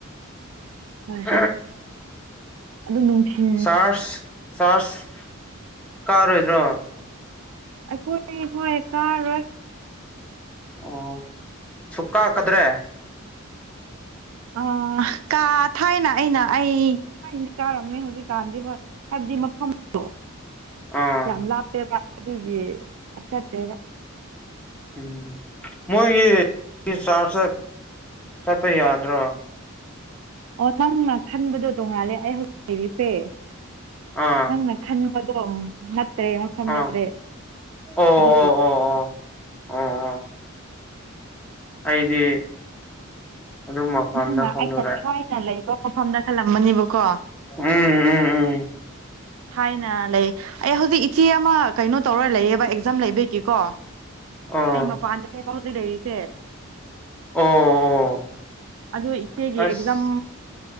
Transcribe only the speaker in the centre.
<unintelligible>
ꯆꯔꯁ ꯆꯔꯁ ꯀꯥꯔꯣꯏꯗ꯭ꯔꯣ
ꯑꯣ ꯁꯨꯛ ꯀꯥꯛꯀꯗ꯭ꯔꯦ
ꯑꯥ
ꯎꯝ ꯎꯝ ꯃꯣꯏꯒꯤ ꯆꯥꯔꯖ ꯆꯠꯄ ꯌꯥꯗ꯭ꯔꯣ
ꯑꯥ
ꯑꯥ
ꯑꯣ
ꯑꯣ ꯑꯣ ꯑꯣ ꯑꯣ ꯑꯣ ꯑꯩꯗꯤ ꯑꯗꯨ ꯃꯄꯝꯗ
ꯈꯜꯂꯨꯔꯦ
ꯎꯝ ꯎꯝ
ꯎꯝ ꯑꯣ
ꯑꯣ
ꯑꯁ